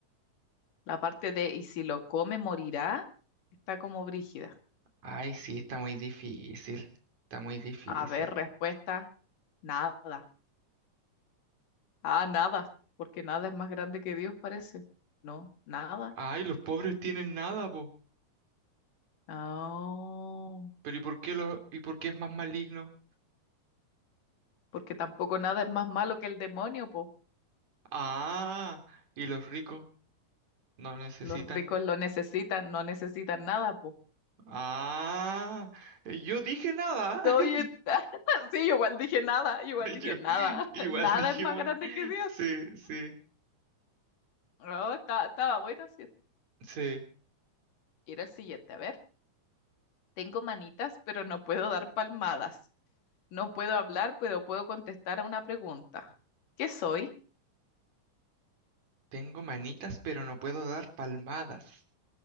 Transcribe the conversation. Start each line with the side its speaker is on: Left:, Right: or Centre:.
Left: La parte de y si lo come morirá está como brígida.
Right: ay, sí, está muy difícil. Está muy difícil.
Left: A ver, respuesta, nada. Ah, nada, porque nada es más grande que Dios, parece. No, nada.
Right: Ay, los pobres tienen nada, po.
Left: No,
Right: Pero ¿y por qué los, y por qué es más maligno?
Left: porque tampoco nada es más malo que el demonio, po.
Right: Ah, y los ricos no necesitan.
Left: Los ricos lo necesitan, no necesitan nada, po.
Right: Ah, yo dije nada. <laughs>
Left: No, y esta- <laughs> sí, yo igual dije nada, yo igual dije
Right: Yo-
Left: nada, <laughs>
Right: igual
Left: nada
Right: dijimos,
Left: es más grande que Dios.
Right: sí, sí,
Left: No, ta- estaba buena, sí.
Right: sí.
Left: Era el siguiente, a ver, tengo manitas, pero no puedo dar palmadas. No puedo hablar, pero puedo contestar a una pregunta. ¿Qué soy?
Right: Tengo manitas, pero no puedo dar palmadas,